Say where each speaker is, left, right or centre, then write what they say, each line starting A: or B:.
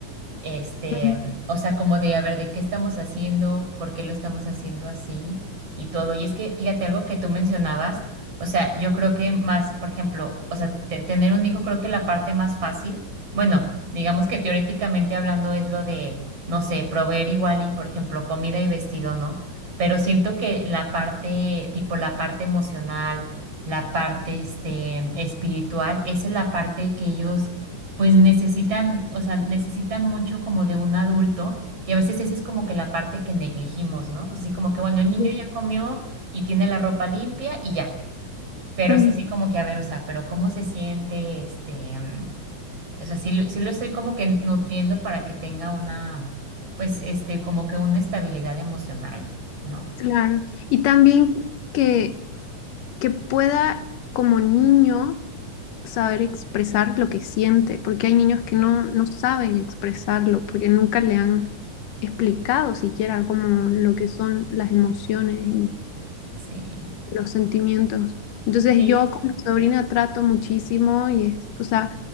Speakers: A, on the right; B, on the left.
A: Este,
B: Ujú.
A: mm, o sea, como de, a ver, ¿de qué estamos haciendo? ¿Por qué lo estamos haciendo así? Y todo. Y es que, fíjate, algo que tú mencionabas, o sea, yo creo que más, por ejemplo, o sea, te- tener un hijo, creo que la parte más fácil, bueno, digamos que teóricamente hablando es lo de, no sé, proveer igual y, por ejemplo, comida y vestido, ¿no? Pero siento que la parte, tipo la parte emocional, la parte, este, espiritual, esa es la parte que ellos pues necesitan, o sea, necesitan mucho como de un adulto y a veces esa es como que la parte que negligimos, ¿no? Así como que, bueno, el niño
B: Sí.
A: ya comió y tiene la ropa limpia y ya, pero
B: Ujú.
A: es así como que, a ver, o sea, pero ¿cómo se siente? Este, mm, o sea, sí, lo- sí lo estoy como que nutriendo para que tenga una, pues, este, como que una estabilidad emocional, ¿no?
B: Claro. Y también que, que pueda como niño saber expresar lo que siente, porque hay niños que
A: Sí,
B: no, no saben expresarlo, porque nunca le han explicado siquiera como lo que son las emociones
A: sí,
B: los sentimientos. Entonces
A: sí.
B: yo con
A: sí.
B: mi sobrina trato muchísimo y es, o sea,